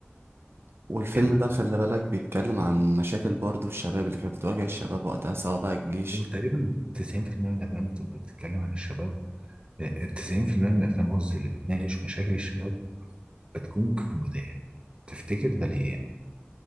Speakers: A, on the right; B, on the right.
A: والفيلم
B: جامد
A: ده خلي بالك بيتكلم عن مشاكل برضه الشباب اللي كانت بتواجه الشباب وقتها سواء بقى الجيش
B: هو تقريبا 90% من الافلام بتبقى بتتكلم عن الشباب آه، 90% من الافلام قصدي اللي بتناقش مشاكل الشباب بتكون كوميدية تفتكر ده ليه يعني